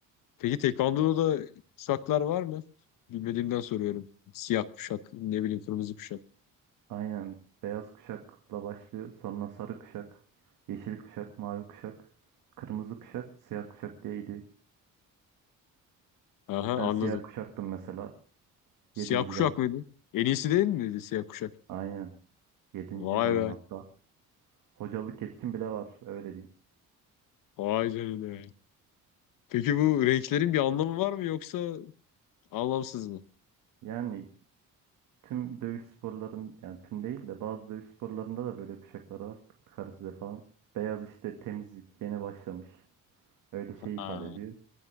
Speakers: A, on the left; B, on the right.
A: Peki Tekvando'da da kuşaklar var mı? Bilmediğimden soruyorum. Siyah kuşak, ne bileyim kırmızı kuşak.
B: Aynen. Beyaz kuşakla başlıyor. Sonra sarı kuşak, yeşil kuşak, mavi kuşak, kırmızı kuşak, siyah kuşak diye gidiyor.
A: Aha
B: Ben siyah
A: anladım.
B: kuşaktım mesela.
A: Siyah
B: Yedinci
A: kuşak
B: dal.
A: mıydı? En iyisi değil miydi siyah kuşak?
B: Aynen. Yedinci
A: Vay
B: danım
A: be.
B: hatta. Hocalık yetkin bile var öyle diyeyim.
A: Vay canına. Peki bu renklerin bir anlamı var mı yoksa anlamsız mı?
B: Yani tüm dövüş sporların yani tüm değil de bazı dövüş sporlarında da böyle kuşaklar var. Karısıda falan. Beyaz işte temizlik yeni başlamış. Öyle şey
A: Ha.
B: ifade ediyor.